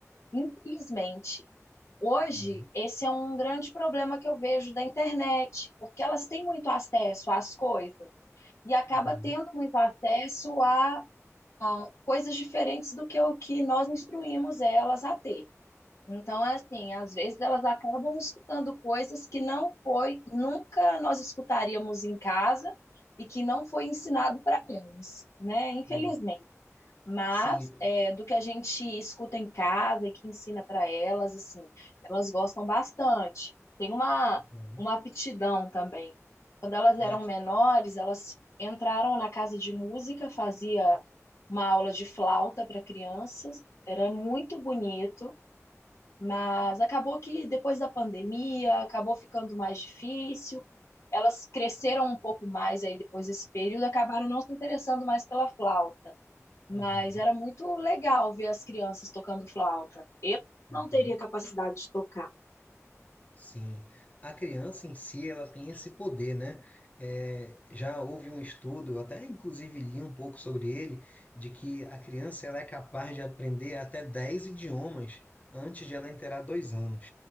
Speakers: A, on the left; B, on the left.
A: infelizmente. Hoje,
B: Uhum.
A: esse é um grande problema que eu vejo da internet, porque elas têm muito acesso às coisas e acaba
B: Uhum.
A: tendo muito acesso a, a coisas diferentes do que o que nós instruímos elas a ter. Então, é assim, às vezes elas acabam escutando coisas que não foi, nunca nós escutaríamos em casa e que não foi ensinado para elas, né? Infelizmente.
B: Sim.
A: Mas
B: Sim.
A: é, do que a gente escuta em casa e que ensina para elas, assim, elas gostam bastante. Tem uma,
B: Uhum.
A: uma aptidão também. Quando elas
B: Ah,
A: eram
B: que-
A: menores, elas entraram na casa de música, fazia uma aula de flauta para crianças, era muito bonito mas acabou que depois da pandemia, acabou ficando mais difícil. Elas cresceram um pouco mais aí depois desse período, acabaram não se interessando mais pela flauta. Mas
B: uhum.
A: era muito legal ver as crianças tocando flauta. Eu
B: Uhum.
A: não teria capacidade de tocar.
B: Sim, a criança em si ela tem esse poder, né? É, já houve um estudo, eu até inclusive li um pouco sobre ele, de que a criança ela é capaz de aprender até 10 idiomas antes de ela inteirar dois anos.